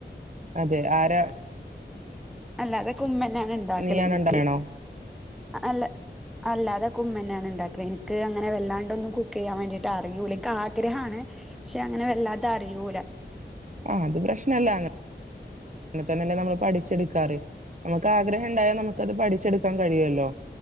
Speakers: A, on the right (about 40°); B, in the centre.
A: അതെ ആരാ
B: അല്ല അതൊ കുമന്നാണ് ഉണ്ടാക്കല
A: നീയാണോ
B: എനിക്ക്
A: ഇണ്ടാക്കണോ
B: അല്ല അല്ലാതെ ക്കെ ഉമ്മനാണ് ഉണ്ടാക്കുക എനിക്ക് അങ്ങനെ വൊണ്ടൊന്നും കഴിയ്യാൻ വേണ്ടീട്ട് അറൂലക്ക് ആഗ്രഹമാണ് പക്ഷെ അങ്ങനെ വല്ലാത അറിയൂല
A: ആഹ് അത് പ്രശ്ന അല്ല അങ്ങെ തന്നെന്നെ നമ്മള് പഠിച്ചെടുക്കാറ് നമുക്ക് ആഗ്രഹം ഉണ്ടായാ നമുക്കത് പഠിച്ചെടു ൻ കഴിയല്ലോ